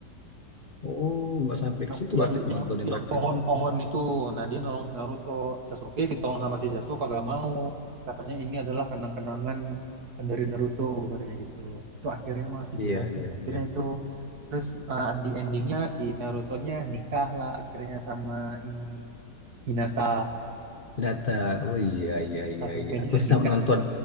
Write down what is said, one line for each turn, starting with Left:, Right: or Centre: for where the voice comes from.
Left: Oh, nggak sampai
Right: yang
Left: ke situ berarti
Right: yang
Left: aku
Right: yang
Left: nontonnya
Right: yang
Left: berarti.
Right: pohon-pohon itu nah dia nolong si Naruto Sasuke ditolong sama si Sasuke gak mau katanya ini adalah kenang-kenangan dari Naruto katanya gitu itu akhirnya masih
Left: Iya
Right: dibantu
Left: iya
Right: akhirnya
Left: iya.
Right: itu terus eh, di endingnya si Naruto-nya nikah lah akhirnya sama ini Hinata
Left: Data. Oh iya iya iya
Right: Sasuke-nya
Left: iya. Aku
Right: nikah
Left: sam nonton